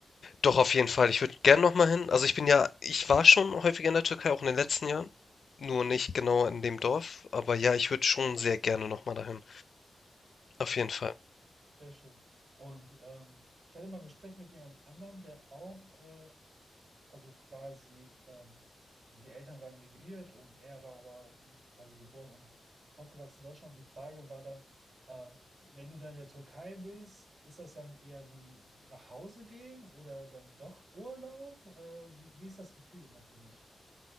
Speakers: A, on the left (about 60°); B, on the right (about 65°).
A: Doch auf jeden Fall, ich würde gerne noch mal hin. Also ich bin ja, ich war schon häufiger in der Türkei, auch in den letzten Jahren, nur nicht genau in dem Dorf, aber ja, ich würde schon sehr gerne noch mal dahin.
B: Ähm,
A: Auf jeden Fall.
B: sehr schön. Und ähm, ich hatte mal ein Gespräch mit jemand anderem, der auch äh, also quasi, ähm, also die Eltern waren migriert und er war aber quasi geboren und aufgewachsen in Deutschland. Und die Frage war dann, äh, wenn du dann in der Türkei bist, ist das dann eher wie nach Hause gehen oder dann doch Urlaub? Äh, wie, wie ist das Gefühl immer für dich?